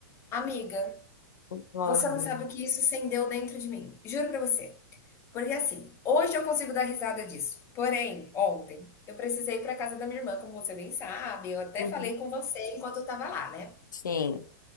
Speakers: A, on the left; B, on the left.
A: Amiga,
B: Uhum.
A: você não sabe o que isso acendeu dentro de mim. Juro pra você. Porque assim, hoje eu consigo dar risada disso. Porém, ontem, eu precisei ir pra casa da minha irmã, como você bem sabe. Eu até
B: Uhum.
A: falei com você enquanto eu tava lá, né?
B: Sim.